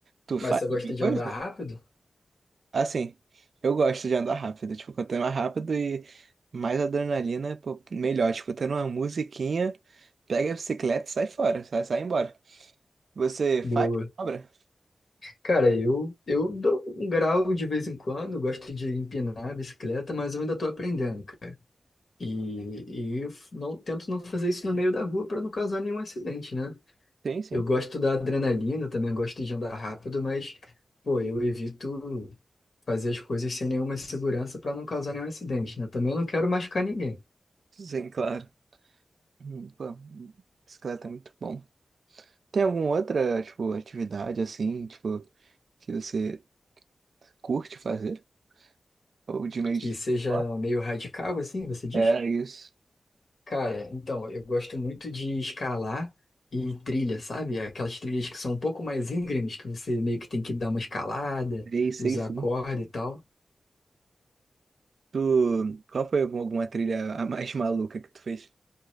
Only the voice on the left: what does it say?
Mas você gosta
de
andar rápido?
Boa.
Cara, eu, eu dou um grau de vez em quando, gosto de empinar a bicicleta, mas eu ainda tô aprendendo, cara. E, e eu f- não, tento não fazer isso no meio da rua para não causar nenhum acidente, né?
Eu gosto da adrenalina, também gosto de andar rápido, mas, pô, eu evito fazer as coisas sem nenhuma segurança para não causar nenhum acidente, né? Também não quero machucar ninguém.
Que
seja meio radical, assim, você diz?
Cara, então, eu gosto muito de escalar e trilha, sabe? Aquelas trilhas que são um pouco mais íngremes, que você meio que tem que dar uma escalada,
usar
corda e tal.